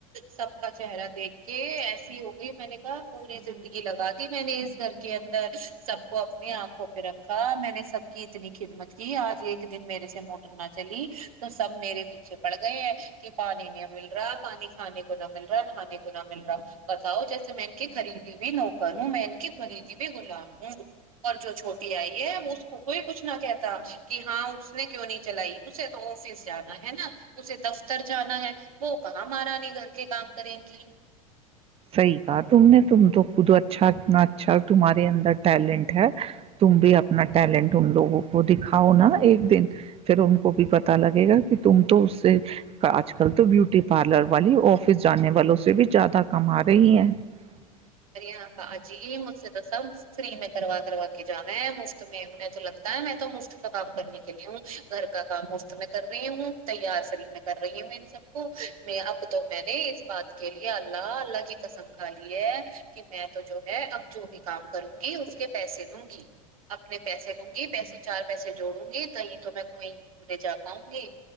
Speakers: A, on the right (about 70°); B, on the right (about 30°).
A: سب کا چہرہ دیکھ کے ایسی ہو گئی میں نے کہا پوری زندگی لگا دی میں نے اس گھر کے اندر سب کو اپنی آنکھوں پہ رکھا میں نے سب کی اتنی خدمت کی آج ایک دن میرے سے موٹر نہ چلی تو سب میرے پیچھے پڑ گئے ہیں کہ پانی نہیں مل رہا پانی کھانے کو نہ مل رہا نہانے کو نہ مل رہا بتاؤ جیسے میں ان کی خریدی بھی نوکر ہوں میں ان کی خریدی بھی غلام ہوں اور جو چھوٹی آئی ہے اس کو کوئی کچھ نہ کہتا کہ ہاں اس نے کیوں نہیں چلائی اسے تو آفس جانا ہے نا اسے دف اتر جانا ہے وہ کہاں مہارانی گھر کے کام کریں گی
B: صحیح کہا تم نے تم تو خود اچھا انا اچھا تمہارے اندر ٹیلنٹ ہے تم بھی اپنا ٹیلنٹ ان لوگوں کو دکھاؤ نا ایک دن پھر ان کو بھی پتا لگے گا کہ تم تو اس سے آج کل <unintelligible> بیوٹی پارلر والی آفس جانے والوں سے بھی زیادہ آ رہے ہی ہیں <unintelligible>
A: ار ہاں پ جی مجھ سے تو سب فری میں کروا کروا کے جانا ہے مفت میں انہیں تو لگتا ہے میں تو مفت کا کام کرنے کے لیے ہوں گھر کا کام مفت میں کر رہی ہوں تیار فری میں کر رہی ہوں میں ان سب کو میں اب تو میں نے اس بات کے لیے اللہ اللہ کی قسم کھا لی ہے کہ میں تو جو ہے اب جو بھی کام کروں گی اس کے پیسے لوں گی اپنے پیسے لوں گی پیسے چار پیسے جوڑوں گی کہیں تو میں وہیں گھومنے جا پاؤں گی